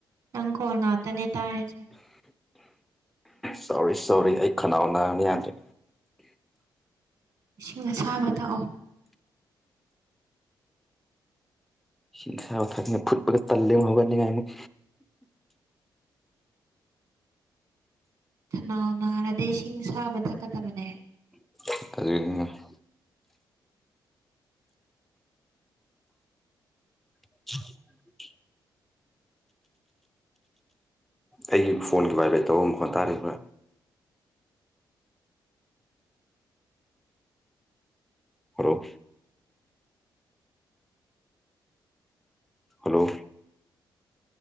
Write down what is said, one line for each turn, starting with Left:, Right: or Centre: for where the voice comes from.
Right: ꯅꯪ ꯈꯣꯟ ꯉꯥꯛꯇꯅꯦ ꯇꯥꯔꯤꯁꯦ
Centre: ꯁꯣꯔꯤ ꯁꯣꯔꯤ ꯑꯩ ꯈꯅꯥꯎ‌ ꯅꯥꯝ ꯌꯥꯗ꯭ꯔꯦ
Right: ꯏꯁꯤꯡ ꯑꯁꯥꯕ ꯊꯛꯑꯣ
Centre: ꯁꯤꯡ ꯑꯁꯥꯕꯥ ꯊꯥꯅꯤꯉꯥ ꯐꯨꯠꯄꯒ ꯇꯜꯂꯦ ꯍꯧꯒꯠꯅꯤꯡꯉꯥꯏ ꯑꯃꯨꯛ
Right: ꯈꯅꯥꯎ ꯅꯥꯔꯗꯤ ꯏꯁꯤꯡ ꯁꯥꯕ ꯊꯛꯀꯗꯕꯅꯦ
Centre: <unintelligible> <inaudible> ꯑꯩꯒꯤ ꯐꯣꯟꯒꯤ ꯕꯥꯏꯕ꯭ꯔꯦꯠ ꯇꯧꯕ ꯃꯈꯣꯠ ꯇꯥꯔꯤꯕ ꯍꯥꯂꯣ ꯍꯜꯂꯣ